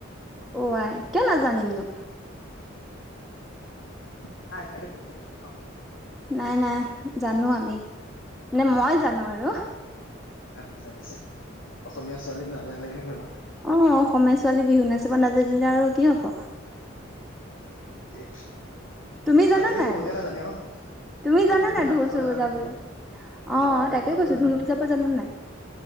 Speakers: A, in the centre; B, on the left.
A: অ আই কিয় নাজানিমনো।
B: নাই আজি কালি বহুতে নাজানে ন। <unintelligible>
A: নাই নাই জানো আমি, মানে মই জানো আৰু।
B: আচ্ছা আচ্ছা, অসমীয়া ছোৱালী নাজানিলে কেনেকে হ'ব।
A: অঁ, অসমীয়া ছোৱালী বিহু নাচিব নাজানিলে আৰু কি হ'ব।
B: <unintelligible>
A: তুমি জানা
B: আজিকালি
A: নাই
B: বহুতে
A: আকৌ,
B: নাজানে অ
A: তুমি
B: মই
A: জানা
B: বিহু
A: নাই
B: নাচিব
A: ঢোল চুল
B: নাজানো
A: বজাবলে?
B: ধুৰ।
A: অঁ,
B: অ
A: তাকে
B: বজাব
A: কৈছো
B: জানো
A: ঢোল বজাব জানা নাই?